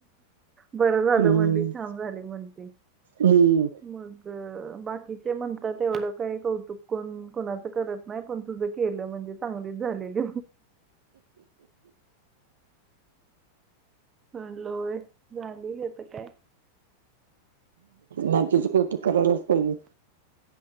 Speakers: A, on the right; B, on the right.
A: बरं झालं
B: हम्म
A: म्हणली छान झाली म्हणती
B: हम्म
A: मग बाकीचे म्हणतात तेवढं काही कौतुक कोण कोणाच करत नाही पण तुझं केलं म्हणजे चांगलीच झालेली. म्हणलं होय झाली आता काय
B: नातीच कौतुक करायलाच पाहिजे.